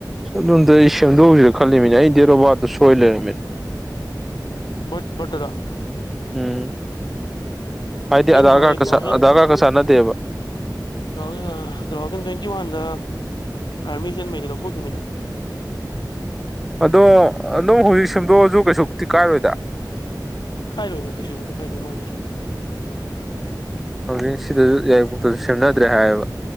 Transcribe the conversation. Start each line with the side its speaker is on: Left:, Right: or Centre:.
Centre: ꯑꯗꯨꯝꯇ ꯑꯩ ꯁꯦꯝꯗꯣꯛꯎꯁꯤꯔ ꯈꯜꯂꯤꯃꯤꯅꯦ ꯑꯩ ꯗ‌ꯦꯠ ꯑꯣꯞ ꯕꯥꯠꯇꯣ ꯁꯣꯏ ꯂꯩꯔꯝꯃ‌ꯦ
Left: <unintelligible>
Centre: ꯎꯝ ꯍꯥꯏꯗꯤ
Left: ꯑꯩ
Centre: ꯑꯙꯥꯔ
Left: ꯅꯍꯥꯟꯋꯥꯏ
Centre: ꯀꯥꯔꯀ
Left: ꯇꯨ ꯊꯥꯎꯖꯟ
Centre: ꯑꯙꯥꯔ ꯀꯥꯔꯠꯀ ꯆꯥꯟꯅꯗꯦꯕ
Left: two thousand two thousand twenty ꯋꯥꯟꯗ ꯑꯥꯔꯃꯤ ꯆ‌ꯦꯟꯕꯩꯗ ꯂꯧꯊ‌ꯣꯛꯈꯤꯝꯃꯤꯗ
Centre: ꯑꯗꯣ ꯑꯗꯨꯝ ꯍꯧꯖꯤꯛ ꯁꯦꯝꯗꯣꯛꯑꯁꯨ ꯀꯩꯁꯨꯕꯨꯗꯤ ꯀꯥꯏꯔꯣꯏꯗ
Left: ꯀꯥꯏꯔꯣꯏꯗ ꯀꯩꯁꯨꯕꯨꯗꯤ ꯀꯥꯏꯗꯧ ꯃꯥꯟꯗꯦ
Centre: ꯎ ꯍꯧꯖꯤꯛ ꯁꯤꯗꯁꯨ ꯌꯥꯏꯔꯤꯄꯣꯛꯇꯁꯨ ꯁꯦꯝꯅꯗ꯭ꯔꯦ ꯍꯥꯏꯌꯦꯕ